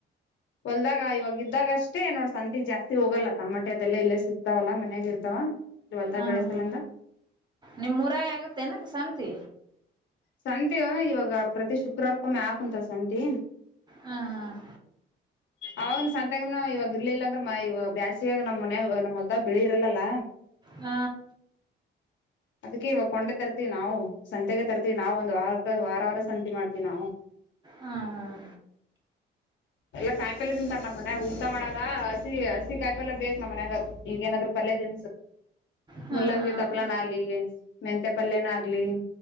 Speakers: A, on the left; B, on the right.
A: ಹೊಲ್ದಾಗ ಇವಾಗ ಉದ್ದಾಗ ಅಷ್ಟೇ ನೋಡ್ ಸಂತಿ ಜಾಸ್ತಿ ಹೋಗಲ್ಲ ತಮಟಿ ಅದೆಲ್ಲ ಇಲ್ಲೇ ಸಿಕ್ತಾವಲ್ಲಾ ಮನ್ಯಾಗೆ ಇರ್ತಾವ ಇಲ್ಲಿ ಹೊಲ್ದಾಗ
B: ಹಾ
A: ಬೆಳೆಸಲಂದ
B: ಹಾ ನಿಮ್ ಊರಾಗ ಆಗುತ್ತೆನ ಸಂತಿ
A: ಸಂತೆವು ಇವಾಗ ಪ್ರ ತ್ರಿ ಶುಕ್ರವಾರಕ್ಕು ಒಮ್ಮ ಆಕೋತರೆ ಸಂತಿ
B: ಹ್ಮ್ ಹ್ಮ್
A: ಅವನು ಸಂತಗನು ಇವಾಗ ಇರ್ಲಿಲ್ಲ ಅಂದ್ರ ಮಾ ಇವ ಬ್ಯಾಸಗಾಗ ನಮ್ಮ್ ಮನೆ ನಮ್ಮ್ ಹೊಲ್ದ ಬಳಿ ಇರಲ್ಲಲ್ಲ
B: ಹ
A: ಅದಕ್ಕೆ ಇವಾಗ ಕೊಂಡು ತರ್ತಿವಿ ನಾವು ಸಂತೆಗೆ ತರ್ತಿ ವಿ ನಾವು ಒಂದು ವ ವಾರ ವಾರ ಸಂತಿ ಮಾಡ್ತೀವಿ ನಾವು
B: ಹ ಹ
A: ಎಲ್ಲ ಕಾಯಿಪಲ್ ತಿಂತಾರೆ ನಮ್ಮ ಮನೆ ಊಟ ಮಾಡಾಗ ಹಸಿ ಹಸಿ ಕಾಯಿಪಲ್ಲ ಬೇಕ್ ನಮ್ಮ ಮನ್ಯಾಗ ಈಗ ಏನಾದ್ ಪಲ್ಯ
B: ಹ್ಮ್ ಹ್ಮ್
A: ಮುಲ್ಲಂಗಿ ತಪಲ ನ ಆಲಿ ಮೆಂತ ಪಲ್ಯನಾಗಲಿ